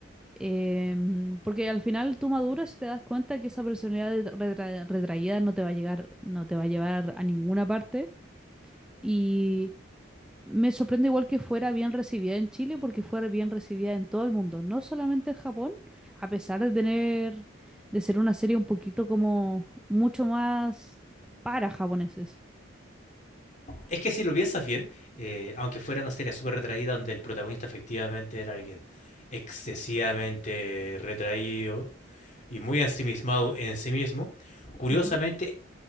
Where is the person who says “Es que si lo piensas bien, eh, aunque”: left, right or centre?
Left